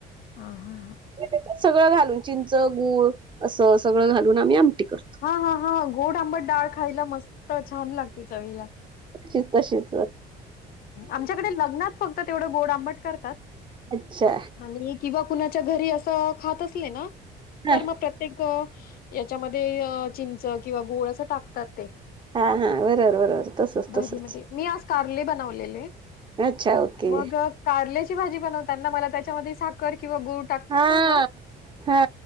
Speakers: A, on the left (about 60°); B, on the right (about 30°).
A: ह ह.
B: त सगळं घालून चिंच गूळ असं सगळं घालून आम्ही आमटी करतो.
A: हा हा हा गोड आंबट डाळ खायला मस्त छान लागते चवीला.
B: शी तशीच
A: आमच्याकडे लग्नात फक्त तेवढं गोड आंबट करतात.
B: अच्छा,
A: आणि किंवा कुणाच्या घरी असं खात असले ना
B: हा
A: तर मग प्रत्य प्रत्येक याच्यामध्ये चिंच किंवा गोळ असं टाकतात ते.
B: हा हा बरोबर बरोबर तसच
A: भाजीमध्ये.
B: तसंच.
A: मी आज कार्ले बनवलेले
B: अच्छा ओके
A: मग कारल्याची भाजी बनवताना मला त्याच्यामध्ये साखर किंवा गोठ टाकतो
B: हा
A: ना
B: हा